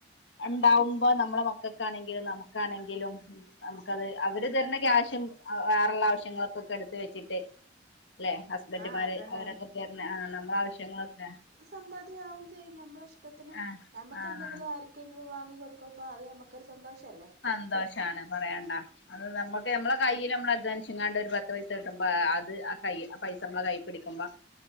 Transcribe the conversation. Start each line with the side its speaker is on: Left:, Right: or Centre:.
Left: ഇണ്ടാവുമ്പം നമ്മളെ മക്കൾക്കാണെങ്കിലും നമുക്കാണെങ്കിലും നമുക്കത്
Right: ആഹ്
Left: അവര് തരുന്ന ക്യാഷും വേറള്ള ആവശ്യങ്ങൾക്കൊക്കെ എടുത്ത് വെച്ചിട്ട് ല്ലെ ഹസ്ബൻഡുമാര്
Right: ആഹ് അതന്നെ
Left: അവരൊക്കെ തര്ന ആഹ് നമ്മളെ ആവശ്യങ്ങളൊക്കെ
Right: സമ്പാദ്യ ആവും ചെയ്യും ഞമ്മളഷ്ടത്തിന്
Left: ആഹ്
Right: ഞമ്മക്ക്
Left: ആഹ്
Right: എന്തെങ്കിലും ആര് ക്കെങ്കിലും വാങ്ങി കൊടുക്കുമ്പോ അത് നമക്കൊരു സന്തോഷല്ലേ
Left: സന്തോഷാണ് പറയാണ്ടാ അത് നമ്മക്ക് നമ്മളെ കയ്യില് നമ്മള് അദ്വാനിച്ങ്ങാണ്ട് ഒരു പത്ത് പൈസ കിട്ടുമ്പോ അത് ആ കൈ ആ പൈസ നമ്മളെ കൈ പിടിക്കുമ്പം